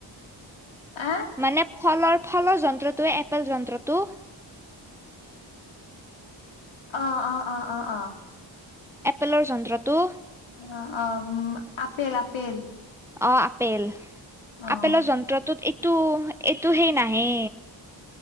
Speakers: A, on the left; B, in the centre.
A: আহ
B: মানে ফলৰ ফলৰ যন্ত্ৰটোৱে এপেল যন্ত্ৰটো
A: আহ অ অ অ অ
B: এপেলৰ যন্ত্ৰটো।
A: অ অ উম আপেল আপেল।
B: অ আপেল
A: অ',
B: আপেলৰ যন্ত্ৰটোত তো এইটো হেই নাহে।